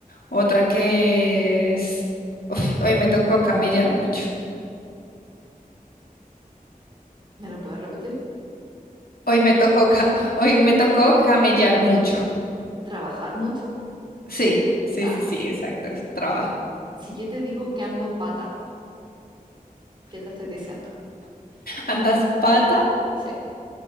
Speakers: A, on the left; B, on the right.
A: otra que es... Uf, hoy me tocó camellar mucho.
B: ¿Me lo puedes repetir?
A: Hoy me tocó, ca- <laughs> hoy me tocó camellar mucho.
B: ¿Trabajar mucho?
A: Sí, sí,
B: Ah,
A: sí, sí,
B: ya.
A: exacto, es trabajo.
B: si yo te digo que ando pata, ¿qué te estoy diciendo?
A: ¿Andas pata?
B: Sí.